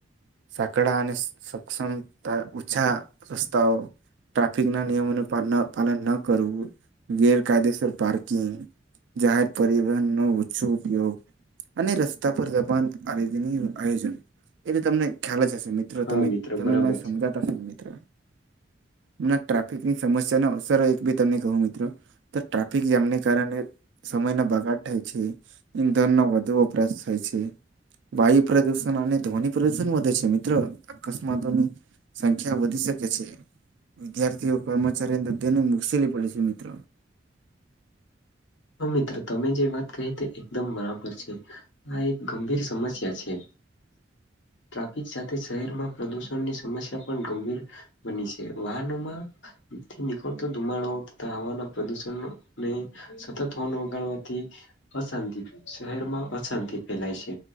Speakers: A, on the right (about 75°); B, on the left (about 75°).
A: સાંકડા અને સક્ષમ <unintelligible> તાઓ ટ્રાફિકના નિયમો ન પાલન ન કરવું. ગેરકાયદેસર પાર્કિંગ જાહેર પરિવહનનો ઓછો ઉપયોગ અને ર સ્તા પર દબાણ <unintelligible> આયોજન એ બી તમને ખ્યાલ જ હશે મિત્ર
B: હા
A: તમે
B: મિત્ર
A: તમે
B: બરાબર
A: મને સમજાતા
B: છે
A: હશો ને મિત્ર અમના ટ્રાફિકની સમસ્યાની અસરો એક બે તમને કહું મિત્રો તો ટ્રાફિક જામને કારણે સમયનો બગાડ થાય છે, ઈંધણનો વધુ વપરાશ થાય છે, વાયુ પ્રદુષ ણ અને ધ્વનિ પ્રદૂષણ વધે છે મિત્ર અકસ્માતોની સંખ્યા વધી શકે છે. વિદ્યાર્થીઓ કર્મચારીં <inaudible> મુશ્કેલી પડે છે મિત્ર
B: હ મિત્ર તમે જે વાત કહી તે એકદમ બરાબર છે. આ એક ગંભીર સમસ્યા છે. ટ્રાફિક સાથે શહેરમાં પ્રદુષણની સમસ્યા પણ ગંભીર બની છે. વાહનો માંથી નીકળતો ધુમાડો તથા હવાના પ્રદુષણમાં ને સતત હોર્ન વગાડવાથી અશાંતિ શહેરમાં અશાંતિ ફેલાય છે.